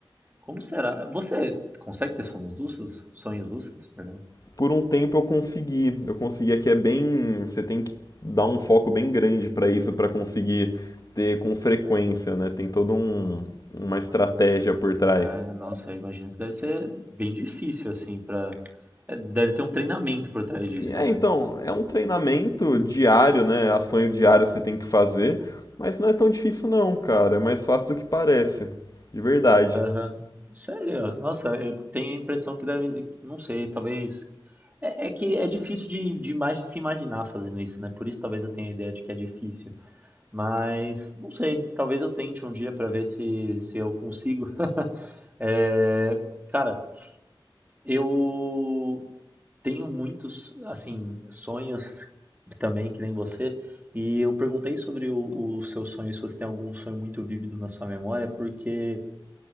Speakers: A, on the right; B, on the left.
A: Como será? Você consegue ter sonhos lúcidos? Sonhos lúcidos, perdão.
B: por um tempo eu consegui. Eu conseguia que é bem, você tem que dar um foco bem grande para isso para conseguir ter com frequência, né? Tem toda um, uma estratégia por trás.
A: Ah, nossa, eu imagino que deve ser bem difícil, assim, pra. é, deve ter um treinamento por trás
B: Sim,
A: disso,
B: é,
A: né?
B: então, é um treinamento diário, né? Ações diárias você tem que fazer, mas não é tão difícil não, cara. É mais fácil do que parece. De verdade.
A: Aham. Sério? Nossa, eu tenho a impressão que deve. Não sei, talvez. É, é que é difícil de, de imagi- se imaginar fazendo isso, né? Por isso talvez eu tenha a ideia de que é difícil. Mas, não sei, talvez eu tente um dia pra ver se, se eu consigo. <laughs> É, cara, eu tenho muitos, assim, sonhos também, que nem você. E eu perguntei sobre o, o seu sonho, se você tem algum sonho muito vívido na sua memória, porque.